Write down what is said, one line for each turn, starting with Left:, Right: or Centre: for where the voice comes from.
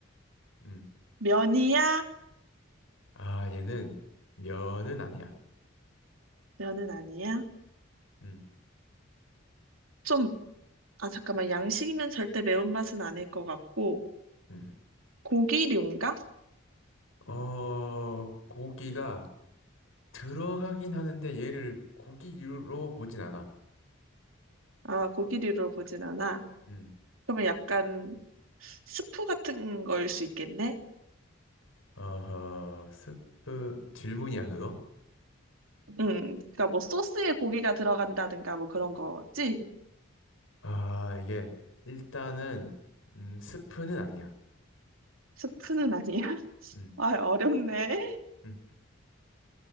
Left: 음,
Right: 면이야?
Left: 아, 얘는 면은 아니야.
Right: 면은 아니야?
Left: 음.
Right: 좀, 아, 잠깐만. 양식이면 절대 매운맛은 아닐 것 같고,
Left: 음.
Right: 고기류인가?
Left: 어, 고기가 들어가긴 하는데 얘를 고기류로 보진 않아.
Right: 아, 고기류로 보진 않아.
Left: 음.
Right: 그러면 약간 스프 같은 걸 수 있겠네?
Left: 어허, 스프, 질문이야, 그거?
Right: 음, 그러니까 뭐 소스에 고기가 들어간다든가 뭐 그런 거지?
Left: 아, 이게, 일단은, 음, 스프는 아니야.
Right: 스프는 아니야?
Left: 음,
Right: <laughs> 아, 어렵네.
Left: 음.